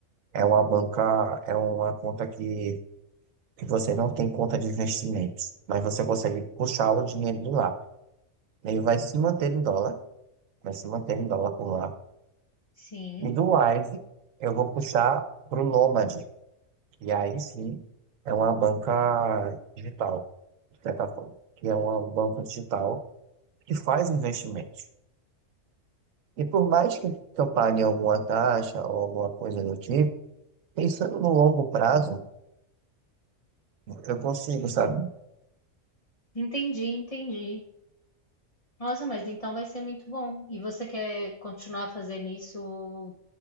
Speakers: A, on the right; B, on the left.
A: é uma banca, é uma conta que, que você não tem conta de investimentos, mas você consegue puxar o dinheiro de lá. Ele vai se manter em dólar, vai se manter em dólar por lá.
B: Sim,
A: E do Wise, eu vou puxar para o Nomad. E aí sim é uma banca digital, de certa forma, que é uma banco digital que faz investimentos. E por mais que eu pague alguma taxa ou alguma coisa do tipo, pensando no longo prazo, eu consigo, sabe?
B: entendi, entendi. Nossa, mas então vai ser muito bom. E você quer continuar fazendo isso